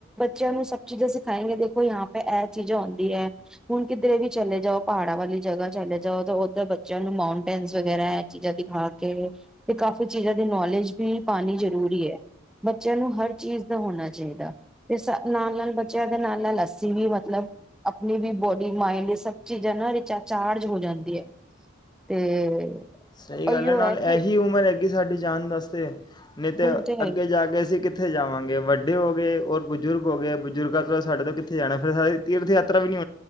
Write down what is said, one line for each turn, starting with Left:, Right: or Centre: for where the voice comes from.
Centre: ਜਨ ਨੂੰ ਸ ਚੀਜ਼ਾਂ ਸਿਖਾਏ ਦੇਖੋ ਯ ਪ ਇਹ ਚੀਜ਼ਾਂ ਆਉਂਦੀ ਹੈ ਹੁਣ ਕਿਧਰੇ ਵੀ ਚਲੇ ਜਾਓ ਪਹਾੜਾਂ ਵਾਲੀ ਜਗ੍ਹਾ ਚਲੇ ਜਾਓ ਤਾਂ ਉੱਧਰ ਬੱਚਿਆਂ ਨੂੰ ਮਾਉਂਟੇਨ ਵਗੈਰਾ ਇਹ ਚੀਜ਼ਾਂ ਦਿਖਾ ਕੇ ਤੇ ਕਾਫ਼ੀ ਚੀਜ਼ਾਂ ਦੀ ਨੌਲੇਜ ਵੀ ਪਾਉਣੀ ਜ਼ਰੂਰੀ ਹੈ ਬੱਚਿਆਂ ਨੂੰ ਹਰ ਚੀਜ਼ ਦਾ ਹੋਣਾ ਚਾਹੀਦਾ ਤੇ ਨਾਲ ਨਾਲ ਬੱਚਿਆਂ ਦੇ ਨਾਲ ਨਾਲ ਲੱਸੀ ਵੀ ਮਤਲਬ ਆਪਣੀ ਵੀ ਬੋਡੀ ਮਾਇੰਡ ਸਬ ਚੀਜ਼ਾਂ ਨਾ ਰਿਚਚਾਰਜ ਹੋ ਜਾਂਦੀ ਹੈ ਤੇ
Left: ਸਹੀ ਗੱਲ
Centre: ਉਹੀਓ
Left: ਹੈ ਨਾਲ
Centre: ਕਿ
Left: ਇਹੀ ਉਮਰ ਹੈਗੀ ਸਾਡੀ ਜਾਨ ਦਾੱਸ <unintelligible> ਨਹੀਂ ਤਾਂ
Centre: ਹੁਣ ਤੇ ਹੈ
Left: ਅੱਗੇ
Centre: ਹੀ
Left: ਜਾ ਕੇ ਅਸੀਂ ਕਿ ਕਿੱਥੇ ਜਾਵਾਂਗੇ ਵੱਡੇ ਹੋ ਗਏ ਰ ਬਜ਼ੁਰਗ ਹੋ ਗਏ ਬਜ਼ੁਰਗਾਂ ਤੋਂ ਸਾਡੇ ਤੋਂ ਕਿੱਥੇ ਜਾਣਾ ਫਿਰ ਸਾ ਤੀਰਥ ਯਾਤਰਾ ਵੀ ਨਹੀਂੀ